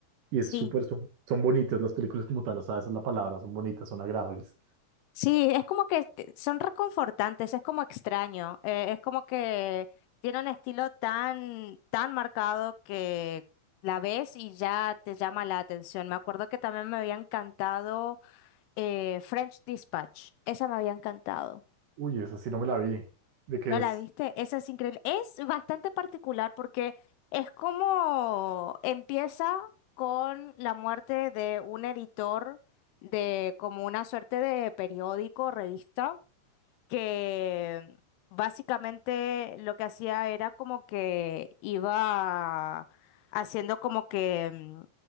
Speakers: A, on the right; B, on the left.
A: Y
B: Sí,
A: es súper, son, son bonitas las películas como tal, o sea, esa es la palabra, son bonitas, son agradables.
B: Sí, es como que te- son reconfortantes, es como extraño, eh, es como que tiene un estilo tan, tan marcado que la ves y ya te llama la atención. Me acuerdo que también me había encantado eh, French Dispatch, esa me había encantado.
A: Uy, esa sí no me la vi. ¿De qué
B: ¿No
A: es?
B: la viste? Esa es increíble. Es bastante particular porque es como empieza con la muerte de un editor de como una suerte de periódico, revista que básicamente lo que hacía era como que iba haciendo como que mm,